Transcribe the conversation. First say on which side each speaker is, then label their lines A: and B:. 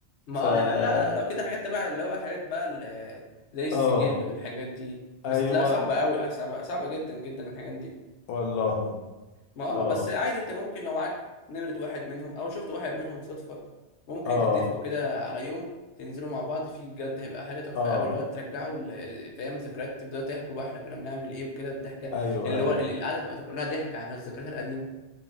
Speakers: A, on the left; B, on the left.
A: ما
B: فا
A: اه يعني لا لو كده حاجات تبع اللي هو الحاجات بقى اللي زي السجل
B: اه
A: والحاجات دي بس
B: ايوه
A: هتلاقيها صعبة قوي صعبة صعبة جدا جدا الحاجات دي
B: والله
A: ما اه
B: اه
A: بس عادي انت ممكن لو معاك نمرة واحد منهم او شفت واحد منهم صدفة ممكن
B: اه
A: تتفقوا كده على يوم تنزلوا مع بعض فيه بجد هيبقى حاجة تحفة
B: اه
A: قوي اللي هو ترجعوا ال- فاهم ذكريات تبدأوا تحكوا بقى احنا كنا بنعمل ايه وكده الضحكة
B: ايوه
A: اللي
B: ايوه
A: هو ال- القعدة هتبقى كلها ضحك عن الذكريات القديمة